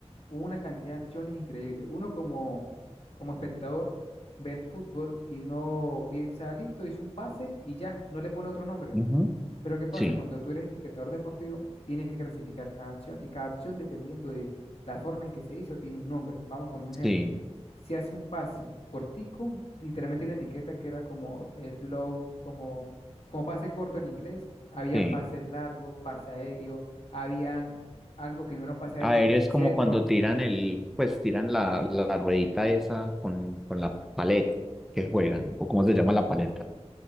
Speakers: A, on the left (about 60°); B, in the centre.
A: hubo una cantidad de acciones increíbles. Uno como, como espectador ve el fútbol y uno piensa, listo, hizo un pase y ya, no le pone otro nombre.
B: Ujú.
A: Pero ¿qué pasa?
B: Sí,
A: Cuando tú eres etiquetador deportivo, tienes que clasificar cada acción y cada acción, dependiendo de la forma en que se hizo, tiene un nombre. Vamos a poner un ejemplo.
B: sí,
A: Si hace un pase cortico, literalmente una etiqueta que era como slow, como, como pase corto en inglés, habían
B: sí.
A: pases largos, pase aéreo, habían algo que no era un pase aéreo,
B: Aéreo
A: sino un
B: es
A: centro.
B: como cuando tiran el, pues tiran la, la ruedita esa con, con la paleta que juegan, o cómo se llama la paleta,